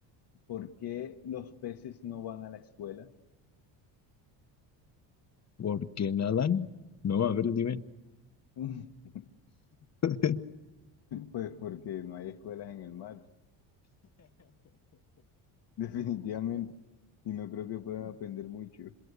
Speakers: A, on the left; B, on the left.
A: ¿Por qué los peces no van a la escuela?
B: ¿Por qué nadan? No, a ver, dime.
A: <laughs>
B: <laughs>
A: Pues porque no hay escuelas en el mar, <laughs> definitivamente. Y no creo que puedan aprender mucho.